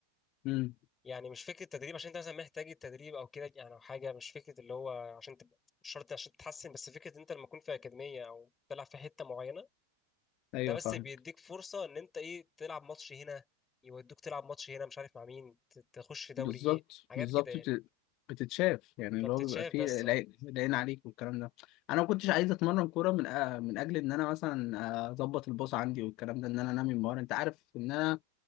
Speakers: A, on the left; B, on the left.
A: امم
B: يعني مش فكره تدريب عشان انت مثلا محتاج التدريب او كده يعني او حاجه مش فكره اللي هو عشان تبقى مش شرط عشان تتحسن بس فكره انت لما تكون في اكاديميه او تلعب في حته معينه
A: ايوه
B: ده بس
A: فاهم
B: بيديك فرصة ان انت ايه تلعب ماتش هنا يودوك تلعب ماتش هنا مش عارف مع مين ت- تخش في دوري
A: بالظبط
B: ايه حاجات
A: بالظبط
B: كده يعني
A: بت- بتتشاف يعني
B: فبتتشاف
A: اللي هو بيبقى فيه
B: بس
A: العين
B: اه
A: العين عليك والكلام ده انا ما كنتش عايز اتمرن كوره من آه، من اجل ان انا مثلا اظبط الباص عندي والكلام ده ان انا انمي مهاره انت عارف ان انا